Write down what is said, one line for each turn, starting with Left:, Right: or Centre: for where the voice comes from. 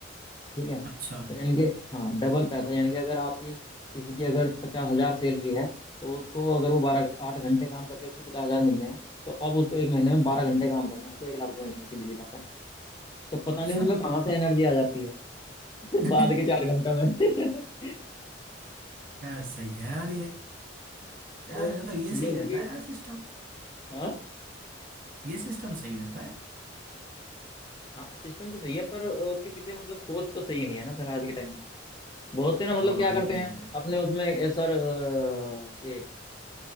Left: ठीक है तो
Right: अच्छा
Left: यानी कि हाँ डबल पैसा यानी कि अगर आपकी किसी की अगर पचास हजार सैलरी है तो उसको अगर वो बारह आठ घंटे काम करके उसको पचास हजार मिल रहे हैं तो अब उसको एक महीने में बारह घंटे काम करना है उसको एक लाख रुपए मिलेंगे सीधी सी बात है तो पता
Right: अच्छा
Left: नहीं उनमें कहाँ से एनर्जी आ जाती है <laughs>
Right: <laughs>
Left: बाद के चार घंटों में <laughs>
Right: यार सही है यार ये
Left: तो
Right: यार मतलब ये सही
Left: लोगों
Right: रहता
Left: की
Right: है यार सिस्टम
Left: हाँ
Right: ये सिस्टम सही रहता है
Left: हाँ सिस्टम तो सही है पर उसके पीछे मतलब सोच तो सही नहीं है ना सर आज के टाइम में बहुत से ना मतलब
Right: हाँ
Left: क्या करते
Right: ये
Left: हैं
Right: है
Left: अपने उसमें ए, सर अ, ये